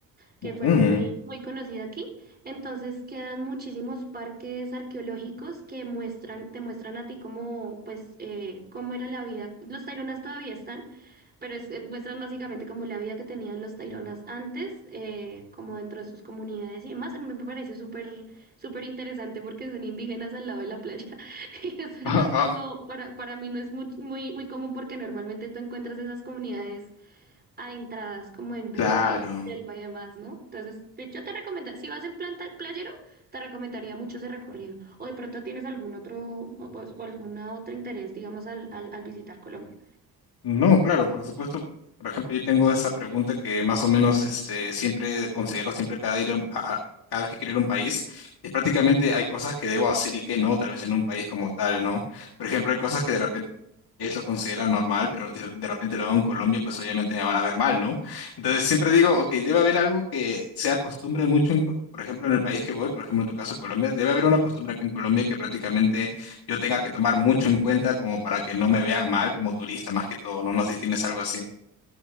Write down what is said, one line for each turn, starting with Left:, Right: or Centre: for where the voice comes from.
Right: que
Left: ujú.
Right: fue muy, muy conocida aquí. Entonces quedan muchísimos parques arqueológicos que muestran, te muestran a ti cómo, pues, eh, cómo era la vida. Los Taironas todavía están, pero es- eh, muestran básicamente como la vida que tenían los Taironas antes, eh, como dentro de sus comunidades y demás. Me parece súper, súper interesante porque son indígenas al lado de la playa. <laughs> Y eso
Left: Ah,
Right: no es
Left: ah,
Right: como, para, para mí no es muy, muy, muy común porque normalmente tú encuentras esas comunidades adentradas como en
Left: claro.
Right: bosques, selva y demás, ¿no? Entonces, te- yo te recomendaría, si vas en plan ta- playero, te recomendaría mucho ese recorrido. O de pronto tienes algún otro, o, pues, o algún otro interés, digamos, al, al, al visitar Colombia.
Left: No, claro, por supuesto. Por ejemplo, yo tengo esa pregunta que más o menos este, siempre considero siempre cada, ir a, un- a- a- cada vez que quiero ir a un país. Y prácticamente hay cosas que debo hacer y que no, tal vez en un país como tal, ¿no? Por ejemplo, hay cosas que de repente lo considera normal, pero de, de repente lo veo en Colombia, pues obviamente me van a ver mal, ¿no? Entonces siempre digo, ok, debe haber algo que se acostumbre mucho, en Co- por ejemplo, en el país que voy, por ejemplo, en tu caso, Colombia, debe haber una costumbre acá en Colombia que prácticamente yo tenga que tomar mucho en cuenta como para que no me vean mal como turista más que todo, ¿no? No sé si tienes algo así.